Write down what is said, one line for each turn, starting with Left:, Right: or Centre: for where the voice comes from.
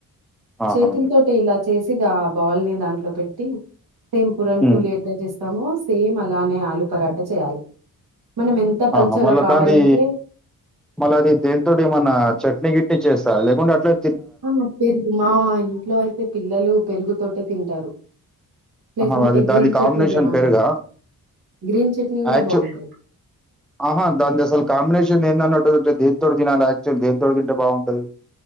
Centre: ఆహా
Right: చేతులు తోటి ఇ చేసి ఆ బాల్ ని దాంట్లో పెట్టి సేమ్ పురన్
Centre: ఉమ్
Right: పూలి ఎట్లా చేస్తామో సేమ్ అలానే ఆలు పరాట చేయాలి మనం ఎంత పల్చగా
Centre: ఆహా మల్ల
Right: కావాలంటే
Centre: దాన్ని మళ్ళ అది దేనితోటి ఏమన్నా చట్నీ కిట్నీ చేస్తా లేకుంటే అట్లనే
Right: ఆ పెరుగు మా ఇంట్లో అయితే పిల్లలు పెరుగుతోటే తింటారు లేకుంటే
Centre: ఆహా అది
Right: గ్రీన్
Centre: దాని కాంబినేషన్
Right: చట్నీ బాగుంటది
Centre: పెరుగా
Right: గ్రీన్ చట్నీ కూడా
Centre: యాక్చు
Right: బాగుంటది
Centre: ఆహా దాన్ది అసల కాంబినేషన్ ఏందన్నంటే దేంతోటి తినాల యాక్చువల్ దేంతోటి తింటే బాగుంటది